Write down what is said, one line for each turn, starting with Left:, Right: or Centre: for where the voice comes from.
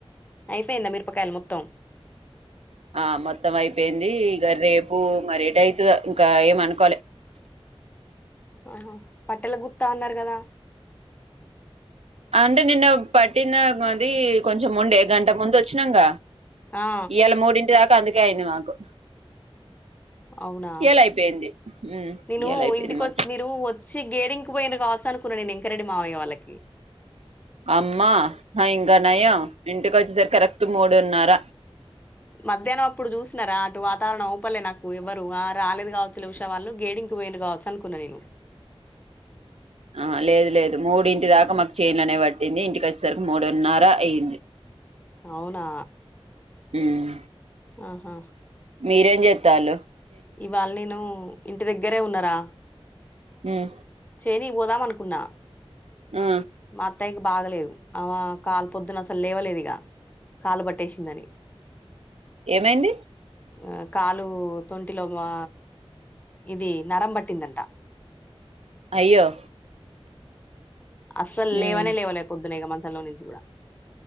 Left: అయిపోయింద మిరపకాయలు మొత్తం.
Right: ఆ మొత్తం అయిపోయింది, ఇక రేపు మరేట అయితదో ఇంకా ఏమనుకోలే.
Left: అ హ పట్టెల గుప్తా అన్నారు కదా
Right: అంటే నిన్న పట్టిన అది కొంచెం ముండే గంట ముందు వచ్చినాంగ.
Left: ఆ
Right: ఇయాల మూడింటి దక్ కందికయింది మాకు
Left: అవునా
Right: ఇయాల అయిపోయింది
Left: నేను
Right: ఇయాల అయిపోయింది
Left: ఇంటికి
Right: మొత్తం
Left: వత్ మీరు వత్ చి గేడింగ్ పోయిన కావచ్చు అనుకున్నా నేను ఎంకరెడ్డి మావయ్య వాళ్ళకి.
Right: అమ్మా ఇంకా నయం ఇంటికి వచ్చేసరి కరెక్ట్ మూడున్నర.
Left: మధ్యానం అప్పుడు చూసినార అటు వాతావరణం ఉపలే నక్ ఎవరు ఆ రాలేదు కావచ్చు లే ఉషా వాళ్ళు గేడింకి పోయిండ్రు కావచ్చు అనుకున్నా నేను.
Right: ఆ లేదు లేదు మూడు ఇంటి దాక మాకు చెన్లోనే లోనే పట్టింది ఇంటికి వచ్చేసరికి మూడున్నర అయ్యింది.
Left: అవునా
Right: హ్మ్
Left: ఆహా!
Right: మీరేం చేతాళ్ళు.
Left: ఇవాళ నేను ఇంటి దగ్గరే ఉన్నారా
Right: మ్మ్
Left: తేనికి పోదాం అనుకున్నా
Right: ఆ
Left: మా అత్తయ్య బాగలేదు ఆ కాలు పొద్దున అసలు లేవలేదు ఇక కాలు పట్టేసిందని
Right: ఏమైంది
Left: ఆ కాలు తొంటిలో మా ఇది నరం పట్టిందంట
Right: అయ్యో
Left: అస్సల్
Right: ఉమ్
Left: లేవనే లేవలే పొద్దున ఇక మంచ స <unintelligible> ల్లో నుంచి కూడా